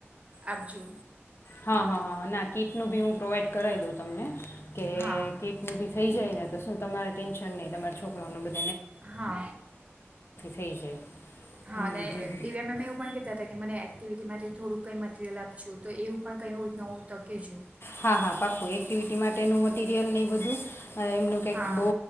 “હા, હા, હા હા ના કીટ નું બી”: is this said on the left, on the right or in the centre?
Left